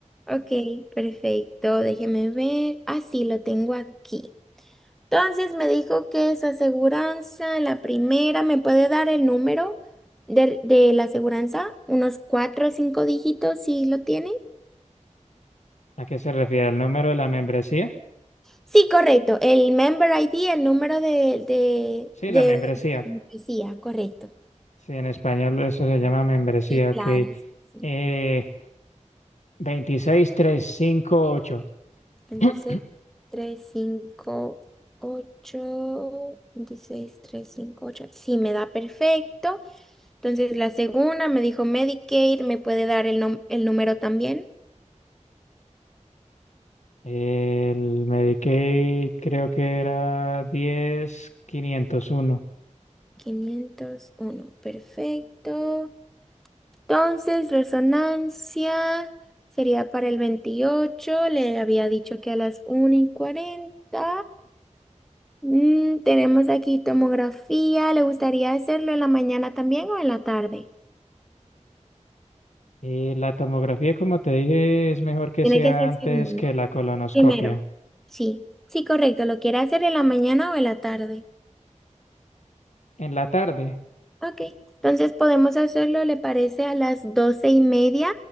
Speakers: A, in the centre; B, on the left.
A: Ok, perfecto. Déjeme ver. Ah, sí, lo tengo aquí. Entonces me dijo que su aseguranza, la primera, ¿me puede dar el número de, de la aseguranza? Unos cuatro o cinco dígitos, si lo tiene.
B: ¿A qué se refiere? ¿El número de la membresía?
A: Sí, correcto. El member ID, el número de, de,
B: Sí,
A: de,
B: la membresía.
A: policía, correcto.
B: Sí, en español eso se llama membresía,
A: Sí,
B: ok.
A: claro. sí, sí.
B: Eh, 26358.
A: veintiséis
B: <clears throat>
A: tres cinco ocho veintiséis tres cinco ocho Sí, me da perfecto. Entonces la segunda me dijo Medicaid, ¿me puede dar el, nom- el número también?
B: El Medicaid creo que era diez mil quinientos uno.
A: quinientos uno perfecto. Entonces, resonancia sería para el veintiocho le había dicho que a las una y cuarenta Mm, tenemos aquí tomografía, ¿le gustaría hacerlo en la mañana también o en la tarde?
B: Y la tomografía, como te dije, es mejor que
A: Tiene
B: sea
A: que ser
B: antes
A: segundo.
B: que la colonoscopia.
A: Primero. Sí. Sí, correcto. ¿Lo quiere hacer en la mañana o en la tarde?
B: En la tarde,
A: Ok. Entonces podemos hacerlo, ¿le parece? A las doce y media.